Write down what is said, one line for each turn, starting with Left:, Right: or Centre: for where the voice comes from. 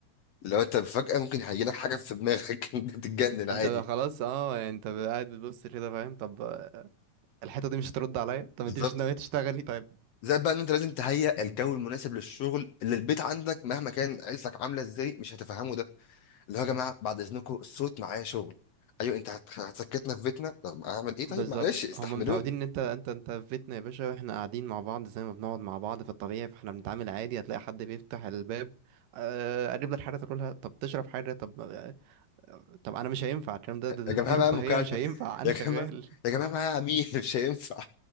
Left: لو انت فجاه ممكن هيجيلك حاجه في دماغك <laughs> تتجنن عادي
Right: انت بقى خلاص اه يعني انت بقى قاعد بتبص كده فاهم طب آه، الحته دي مش هترد عليا طب انت
Left: بالظبط
Right: مش ناويه تشتغلي طيب
Left: زائد بقى ان انت لازم تهيئ الجو المناسب للشغل اللي البيت عندك مهما كان عيلتك عامله ازاي مش هتفهموا ده اللي هو يا جماعه بعد اذنكم الصوت معايا شغل ايوه انت هت- هتسكتنا في بيتنا طب اعمل ايه طيب
Right: بالظبط
Left: معلش استحملوني
Right: هما متعودين ان انت انت انت في بيتنا يا باشا واحنا قاعدين مع بعض زي ما بنقعد مع بعض في الطبيعي فاحنا بنتعامل عادي هتلاقي حد بيفتح الباب آه، قرب لك حاجه تاكلها طب تشرب حاجه طب آه، طب انا مش هينفع الكلام ده, ده, ده
Left: يا جماعه
Right: دي رفاهيه
Left: معايا مكالمه
Right: مش هينفع انا
Left: يا جماعه
Right: شغال <laughs>
Left: يا جماعه معايا عميل <laughs> مش هينفع